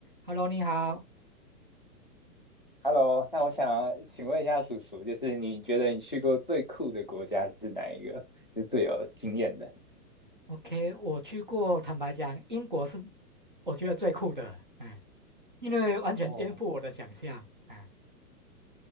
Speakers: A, on the right; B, on the left.
A: Hello，你好。
B: OK，Hello，那我想请问一下叔叔，就是你觉得你去过最酷的国家是哪一个？就最有经验的，
A: OK，我去过，坦白讲，英国是我觉得最酷的，嗯，因为完全颠覆我的想象，
B: 哦，
A: 嗯，